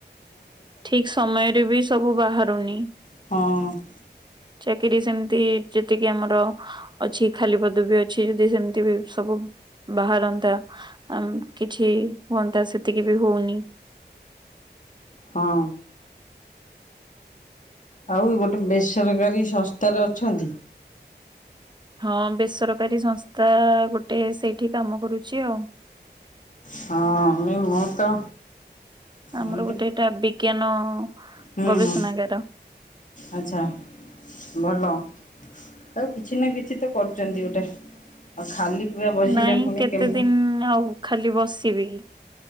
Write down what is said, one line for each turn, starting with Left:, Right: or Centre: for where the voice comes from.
Right: ଠିକ ସମୟରେ ବି ସବୁ ବାହାରୁନି।
Left: ହଁ।
Right: ଚାକିରି ସେମିତି ଯେତିକି ଆମର। ଅଛି ଖାଲି ପଦବୀ ଅଛି ଯଦି ସେମିତି ବି ସବୁ ବାହାରନ୍ତା। ଆମ କିଛି ହୁଅନ୍ତା ସେତିକି ବି ହଉନି।
Left: ହଁ। ଆଉ ଗୋଟେ ବେସରକାରୀ ସଂସ୍ଥାରେ ଅଛନ୍ତି।
Right: ହଁ ବେସରକାରୀ ସଂସ୍ଥା ଗୋଟେ ସେଇଠି କାମ କରୁଛି ଆଉ।
Left: ହଁ ମି ମୁ ତ
Right: ଆମର
Left: ଏମିତି
Right: ଗୋଟେ ଏଇଟା ବିଜ୍ଞାନ
Left: ହୁଁ
Right: ଗବେଷଣାଗାର।
Left: ହୁଁ ଆଚ୍ଛା ଭଲ। ଆଉ କିଛି ନା କିଛି ତ କରୁଛନ୍ତି ଗୋଟେ। ଆଉ ଖାଲି ପୁରା ବସିଲେ
Right: ନାଇଁ
Left: ପୁଣି
Right: କେତେ
Left: କେମିତି
Right: ଦିନ ଆଉ ଖାଲି ବସିବି।